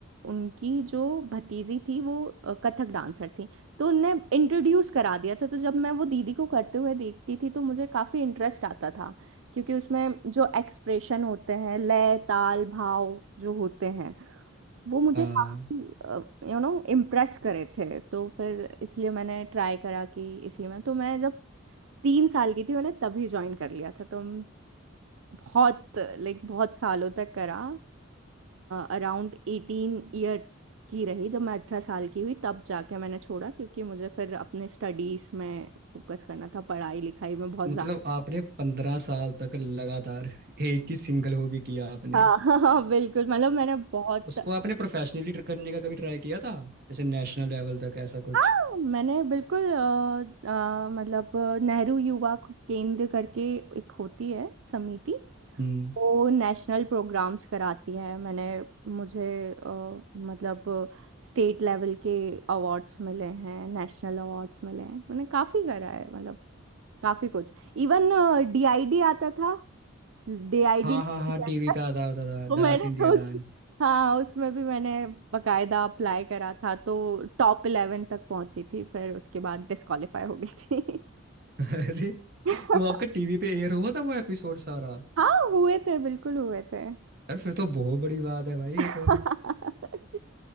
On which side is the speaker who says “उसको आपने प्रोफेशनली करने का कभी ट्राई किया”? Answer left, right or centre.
Right